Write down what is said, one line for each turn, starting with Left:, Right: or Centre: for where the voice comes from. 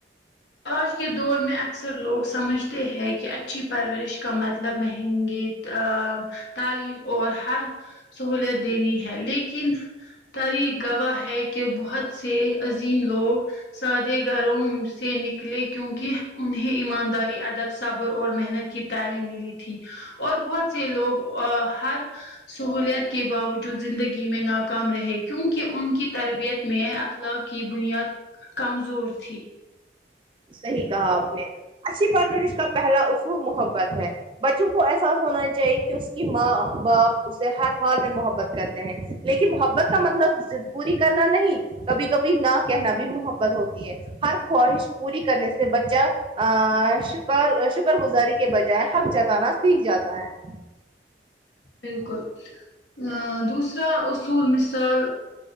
Left: آج کے دور میں اکثر لوگ سمجھتے ہیں کہ اچھی پرورش کا مطلب مہنگی ا تعلیم اور ہر سہولت دینی ہے لیکن تاریع گواہ ہے کہ بہت سے عظیم لوگ سادے گروں سے نک لیے کیونک انہیں ایمانداری ادب صبر اور محنت کی تعلیم ملی تھی اور بہت سے لوگ ہر سہولت کے باوجود زندگی میں ناکام رہے کیونکہ ان کی تربیت میں اخلاق کی بنیاد کمزور تھی
Right: صحیح کہا آپ نے اچھی پرورش کا پہلا اصو محبت ہے بچوں کو احساس ہونا چاہیے کہ اس کی ماں باپ اسے ہر حال میں محبت کرتے ہیں لیکن محبت کا مطلب زد پوری کرنا نہیں کبھی کبھی نہ کہنا بھی محبت ہوتی ہے ہر خواہش پوری کرنے سے بچہ ا شکر شکر گزاری کے بجائے حق جتانا سیکھ جاتا ہے
Left: بالکل ا دوسرا اصول مثال